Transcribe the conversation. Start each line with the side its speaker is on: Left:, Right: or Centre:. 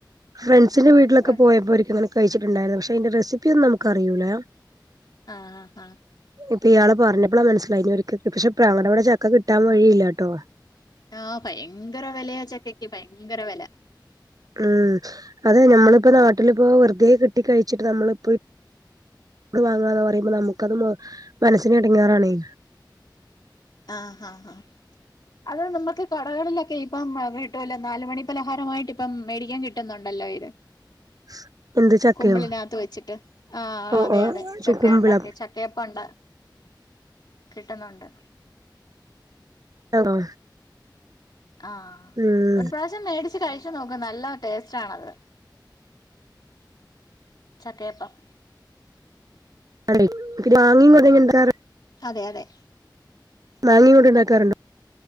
Right: ഫ്രണ്ട്സിന്റെ വീട്ടിലൊക്ക
Left: ആഹ്
Right: പോയപ്പോ ഒരിക്ക് ഇങ്ങനെ കഴിച്ചിട്ടുണ്ടായിരുന്നു പക്ഷെ അയ് ന്റെ റെസിപ്പി ഒന്നും നമുക്ക് അറിയൂല.
Left: ആ ആ അ
Right: ഇപ്പൊ ഇയാള് പർഞ്ഞപ്പളാ മൻസിലായത് ഇഞ് <unintelligible> പക്ഷെ പ്രാ <unintelligible> ളുടെ ഇവടെ ചക്ക കിട്ടാൻ വഴിയില്ലാട്ടോ
Left: ആ ഭയങ്കര വെലയാ ചക്കക്ക് ഭയങ്കര വെല
Right: ഉം അതെ ഞമ്മള്പ്പ നാട്ടിലിപ്പോ വെർതെ കിട്ടി കഴിച്ചിട്ട് നമ്മള്പ്പോ ട് വാങ്ങാന്ന് പറയുമ്പോ നമുക്കത് മനസ്സിന് എടങ്ങെറാണേ
Left: ആ ഹാ ഹ അത് നമുക്ക് കടകളിലൊക്കെ ഇപ്പം കിട്ടൂല്ലൊ നാല് മണി പലഹാരമായിട്ട് ഇപ്പം മേടിക്കാൻ കിട്ടുന്നുണ്ടല്ലോ ഇത്
Right: <inaudible> എന്ത് ചക്കയോ
Left: കുമ്പിളിനകത്ത് വെച്ചിട്ട് ആഹ്
Right: ഓ
Left: അതെ
Right: ഓ
Left: അതെ ചക്ക
Right: കുമ്പിള
Left: ഉണ്ടാക്കി ച കേപ്പുണ്ട് കിട്ടുന്നുണ്ട്
Right: ആണോ
Left: ആഹ്
Right: ഉം
Left: ഒരു പ്രാവശ്യം മേടിച്ച് കഴിച്ചു നോക്കു നല്ല ടേസ്റ്റ് ആണത് ചക്കയപ്പം
Right: അല്ലേ മാങ്ങേ <unintelligible>
Left: അതെ അതെ
Right: മാങ്ങ കൂടി ഉണ്ടാക്കാറുണ്ടോ